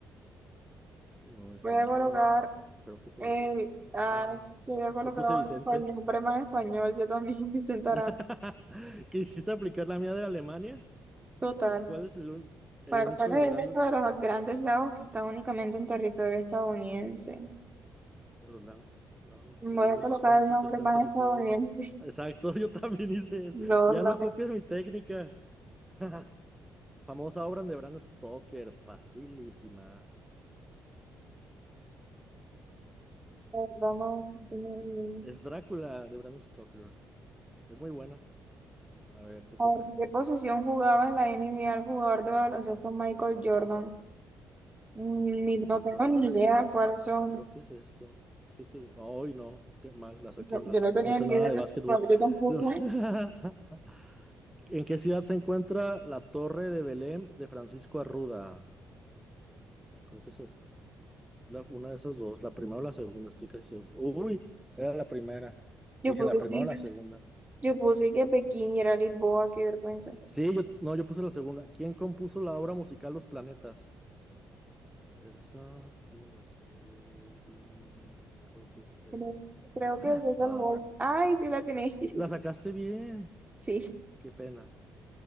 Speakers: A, in the centre; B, on the right.
A: No, este
B: Voy a
A: no.
B: colocar
A: Creo que fue
B: el,
A: este.
B: ay,
A: Ah,
B: yo voy a colocar
A: yo puse Vicente.
B: el nombre más español, yo también, <laughs> Vicente Aranda.
A: <laughs> ¿Quisiste aplicar la mía de Alemania?
B: Total.
A: ¿Cuál es el, un- el
B: Para
A: único
B: cuál
A: de
B: es
A: los grandes?
B: el resto de los grandes lagos que están únicamente en territorio estadounidense.
A: los la- lagos?
B: Voy
A: según
B: a
A: yo,
B: colocar
A: este es el único
B: el nombre
A: que está
B: más
A: en territorio.
B: estadounidense.
A: Exacto,
B: <laughs>
A: <laughs> yo también hice eso.
B: No,
A: Ya
B: no,
A: no
B: no,
A: copies mi técnica. <laughs> Famosa obra de Bram Stoker, facilísima.
B: no, no, no, no, no, no, no, no, no, no, no, no, no, no, no, no,
A: Es
B: no,
A: Drácula de Bram Stoker. Es muy buena. A ver, te toca.
B: ¿en qué posición jugaba en la NBA el jugador de baloncesto Michael Jordan? Mm,
A: Pivote,
B: Ni,
A: escolta,
B: no tengo
A: base.
B: ni idea
A: a-
B: cuáles
A: a-
B: son.
A: creo que es esto. Estoy seguro. Ay, no. Qué mal, la saqué
B: no,
A: mal.
B: yo no tenía
A: No sé
B: ni
A: nada
B: idea,
A: de básquetbol.
B: bueno, yo tampoco.
A: No sé. <laughs> ¿En qué ciudad se encuentra la Torre de Belém de Francisco Arruda? Creo que es esta. La- una de esas dos. La primera o la segunda, estoy casi seguro. Uy, era la primera.
B: Yo
A: Dije
B: puse
A: la primera
B: que,
A: o la segunda.
B: yo puse que Pekín y era Lisboa, qué vergüenza.
A: Sí, yo, no, yo puse la segunda. ¿Quién compuso la obra musical Los Planetas? Esa sí me la sé. Creo que es este.
B: Creo, creo que es
A: Ah,
B: el Holst. Ay, sí la tiene. <laughs>
A: la sacaste bien.
B: Sí.
A: Qué pena.